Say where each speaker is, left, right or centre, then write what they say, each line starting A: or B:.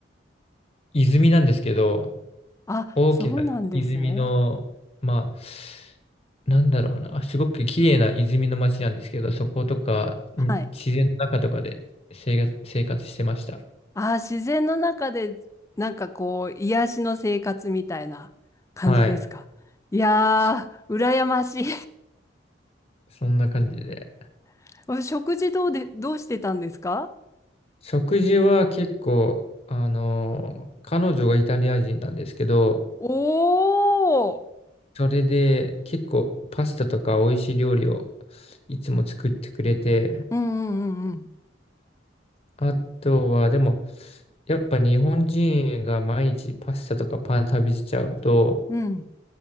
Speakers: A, on the left (about 30°); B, on the left (about 15°).
A: 泉なんですけど、
B: あ、
A: 大きな泉の、
B: そうなんですね。
A: まあ、なんだろうな、すごく綺麗な泉の町なんですけど、そことか、
B: はい。
A: ん自然の中とかで生活、生活してました。
B: ああ、自然の中で、なんかこう、癒しの生活みたいな感じですか。
A: はい。
B: いやー、
A: そ、
B: 羨ましい。
A: そんな感じで。
B: <laughs> お食事どうで、どうしてたんですか
A: 食事は結構、あの彼女がイタリア人なんですけど、
B: おー。
A: それで結構パスタとか美味しい料理をいつも作ってくれて、
B: うんうんうん
A: あとは、でも、やっぱ日本人が毎日パスタとかパン食べちゃうと、
B: うん。うん。